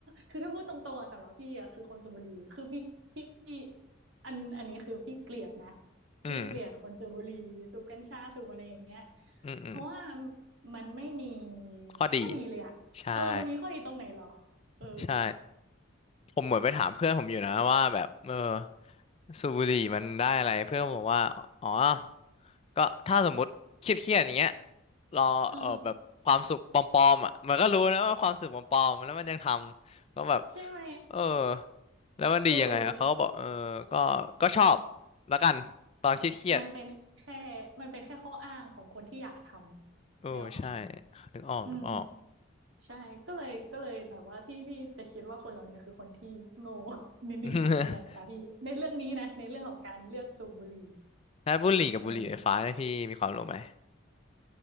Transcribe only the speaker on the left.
อืม
อืมอืม
ข้อดี
ใช่
ใช่ผมเหมือนไปถามเพื่อนผมอยู่นะว่าแบบเออสูบบุหรี่มันได้อะไรเพื่อนผมบอกว่าอ๋อก็ถ้าสมมติเครียดๆอย่างเงี้ยรอเออแบบความสุขปลอมๆอ่ะมันก็รู้นะว่าความสุขปลอมๆแล้วมันยังทำก็แบบ
เออแล้วมันดียังไงอะเขาก็บอกเออก็ก็ชอบ
แล้วกันตอนเครียด
ๆเออใช่นึกออกนึกออก
<laughs> ถ้าบุหรี่กับบุหรี่ไฟฟ้าเนี่ยพี่มีความรู้ไหม